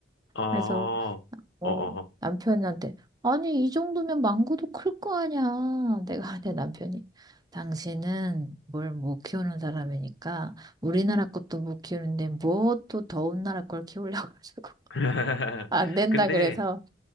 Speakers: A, on the left; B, on the right.
A: 어, 어,
B: 그래서 어,
A: 어.
B: 남편한테, 아니, 이 정도면 망고도 클 거 아니야. 내가 <laughs> 내 남편이, 당신은 뭘 못 키우는 사람이니까, 우리나라 것도 못 키우는데, 뭐 또 더운 나라 걸 키우려고 <laughs> 하자고.
A: <laughs>
B: 안 된다
A: 근데,
B: 그래서